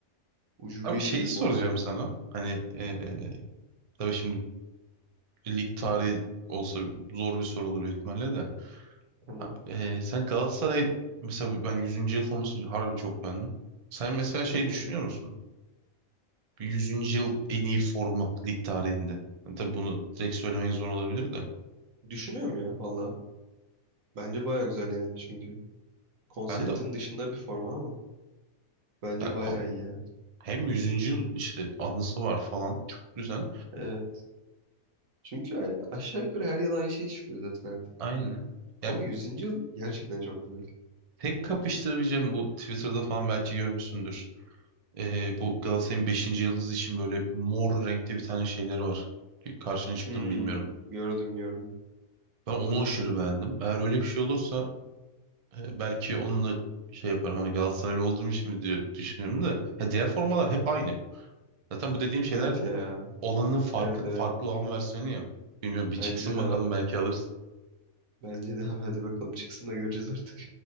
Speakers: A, on the right (about 70°); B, on the right (about 55°).
A: Ucube
B: Abi
A: işi
B: şeyi
A: bir
B: soracağım
A: forma ya.
B: sana. Hani eee tabii şimdi lig tarihi olsa zor bir soru olur büyük ihtimalle de.
A: Tamam.
B: Abi, e, sen Galatasaray mesela ben yüzüncü yıl formasını harbi çok beğendim. Sen mesela şey
A: Hı hı.
B: düşünüyor musun? Bir 100. yıl en iyi forma lig tarihinde. Yani tabii bunu direkt söylemek zor olabilir de.
A: Düşünüyorum ya valla. Bence baya güzel yani çünkü. Konseptin
B: Ben de
A: dışında bir forma ama. Bence
B: ya kon
A: baya iyi ya.
B: hem yüzüncü yıl işte anısı var falan çok güzel.
A: Evet. Çünkü yani aşağı yukarı her yıl aynı şey çıkıyor zaten artık.
B: Aynen. Ya
A: Ama yüzüncü yıl gerçekten çok güzel.
B: tek kapıştırabileceğim bu Twitter'da falan belki görmüşsündür. E, bu Galatasaray'ın beşinci yıldızı için böyle mor renkte bir tane şeyleri var. Karşına çıktım
A: Hmm,
B: bilmiyorum.
A: gördüm gördüm.
B: Ben onu aşırı beğendim. Eğer öyle bir şey olursa E, belki onunla şey yaparım hani Galatasaraylı olduğum için mi diye düşünüyorum da ya diğer formalar hep aynı. Zaten bu dediğim şeyler
A: Evet
B: o-
A: ya.
B: olanın farkı,
A: Evet evet.
B: farklı olan versiyonu ya. Bilmiyorum bir çıksın
A: Bence de
B: bakalım
A: abi.
B: belki alırız.
A: Bence de abi. Hadi bakalım çıksın da göreceğiz artık.